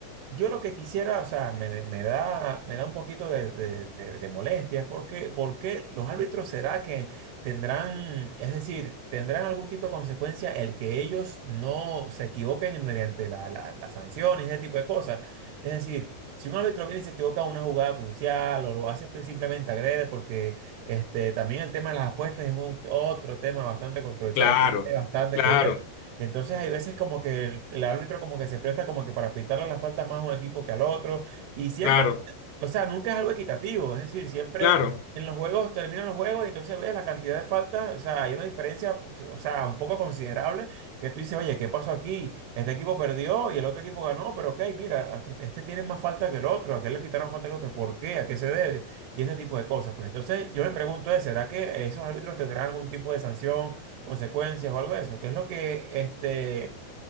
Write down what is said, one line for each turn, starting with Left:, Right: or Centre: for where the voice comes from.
Right: Yo lo que quisiera, o sea, me, me- me da, me da un poquito de, de, de, de molestia, es porque, porque los árbitros será que tendrán, es decir, tendrán algún tipo de consecuencia el que ellos no se equivoquen en- mediante la, la, las sanciones, ese tipo de cosas. Es decir, si un árbitro viene y se equivoca en una jugada crucial o lo hace pri- simplemente agrede, porque este, también el tema de las apuestas es un- otro tema bastante controversial
Left: Claro,
Right: aquí, tiene bastante
Left: claro,
Right: que ver. Entonces hay veces como que el, el árbitro como que se presta como que para aplicarle las faltas más a un equipo que al otro. Y siempre,
Left: claro,
Right: o sea, nunca es algo equitativo. Es decir, siempre
Left: claro.
Right: en los juegos terminan los juegos y entonces ves la cantidad de faltas. O sea, hay una diferencia, o sea, un poco considerable que tú dices, oye, ¿qué pasó aquí? Este equipo perdió y el otro equipo ganó, pero ok, mira, aquí- este tiene más falta que el otro, aquel le pitaron más falta que el otro. ¿Por qué? ¿A qué se debe? Y ese tipo de cosas. Pues entonces yo me pregunto, ¿eh? ¿será que esos árbitros tendrán algún tipo de sanción? consecuencias o algo de eso, que es lo que este,